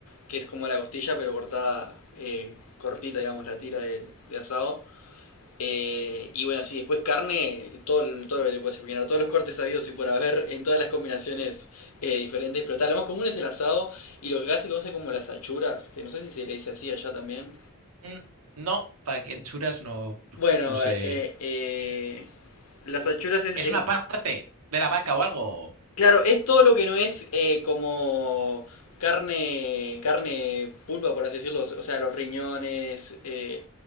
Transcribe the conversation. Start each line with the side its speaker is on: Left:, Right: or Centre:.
Left: Que es como la costilla, pero cortada, eh, cortita, digamos, la tira de, de asado. Eh, y bueno, sí, después carne, todo, todo lo que te puedes imaginar, todos los cortes habidos y por haber en todas las combinaciones eh, diferentes, pero tal, lo más común es el asado y lo que acá se conoce como las achuras, que no sé si se le dice así allá también.
Right: Mm, No, para que churas no,
Left: Bueno,
Right: no sé.
Left: eh, eh, eh, las achuras es,
Right: ¿Es
Left: es-
Right: una parte de la vaca o algo?
Left: claro, es todo lo que no es eh, como carne, carne pulpa, por así decirlo, o sea, los riñones, eh,